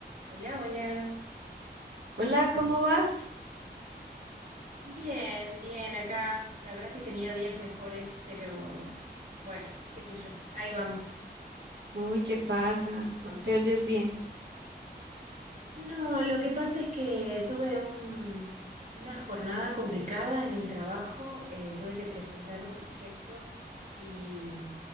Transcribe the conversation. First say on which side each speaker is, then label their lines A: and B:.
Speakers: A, on the right; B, on the right.
A: Hola, hola.
B: Hola, ¿cómo vas?
A: Bien, bien acá. La verdad que he tenido días mejores, pero bueno, qué sé yo. Ahí vamos.
B: Uy, ¿qué pasa? No te oyes bien.
A: No, lo que pasa es que tuve un- una jornada complicada en el trabajo. eh, tuve que presentar un proyecto y